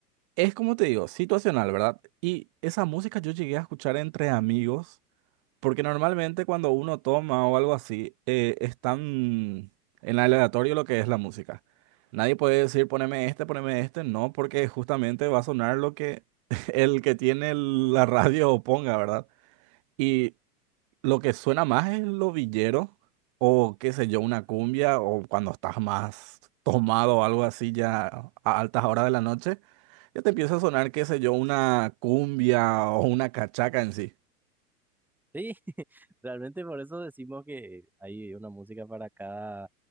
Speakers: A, on the right; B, in the centre.
A: es como te digo, situacional, ¿verdad? Y esa música yo llegué a escuchar entre amigos porque normalmente cuando uno toma o algo así, eh, es tan en aleatorio lo que es la música. Nadie puede decir poneme este, poneme este, no, porque justamente va a sonar lo que <laughs> el que tiene el- la radio ponga, ¿verdad? Y lo que suena más es lo villero o qué sé yo, una cumbia o cuando estás más tomado o algo así ya a altas horas de la noche, ya te empieza a sonar, qué sé yo, una cumbia o una cachaca en sí.
B: Sí, <laughs> realmente por eso decimos que hay una música para cada